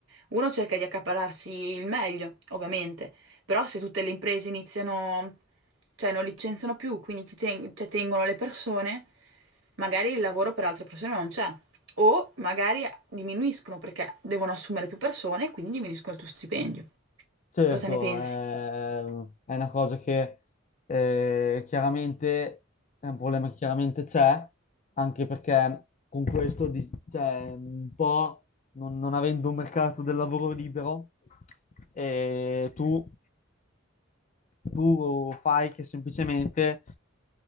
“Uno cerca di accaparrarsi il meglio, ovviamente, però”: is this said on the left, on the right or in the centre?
Right